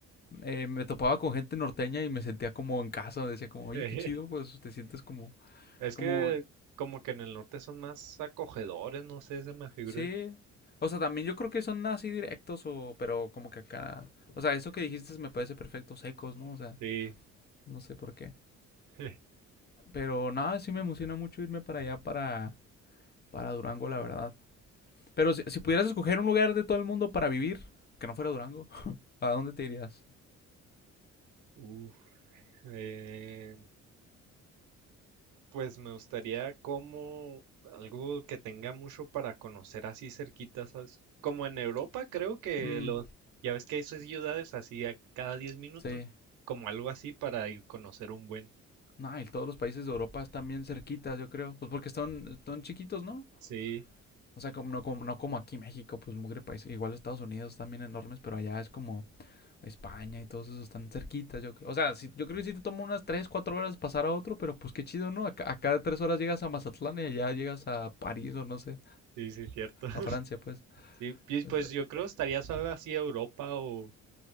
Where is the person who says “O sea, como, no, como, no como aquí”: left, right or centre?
Left